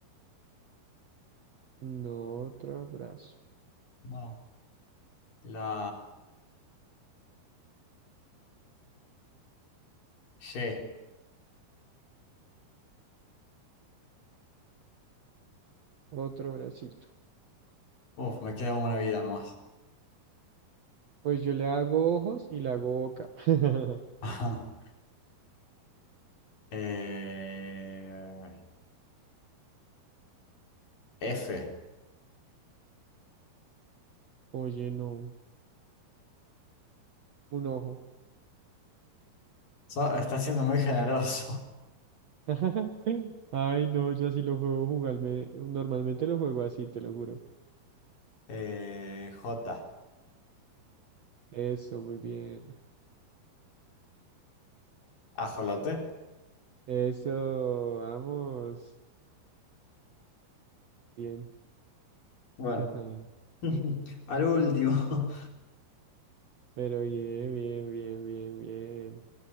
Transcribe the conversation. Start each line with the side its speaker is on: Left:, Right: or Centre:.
Right: No, otro brazo.
Left: No. La G.
Right: Otro bracito.
Left: Uf, me queda una vida nomás.
Right: Pues yo le hago ojos y le hago boca. <laughs>
Left: <laughs> Ajá. Eh, F.
Right: Oye, no. Un ojo.
Left: So- está siendo muy generoso.
Right: <laughs> Ay, no, yo así lo juego jugarme. Normalmente lo juego así, te lo juro.
Left: <laughs> Eh, J.
Right: Eso, muy bien.
Left: Ajolote.
Right: Eso, vamos. Bien.
Left: Bueno,
Right: <laughs>
Left: <laughs> al último.
Right: Pero bien, bien, bien, bien, bien.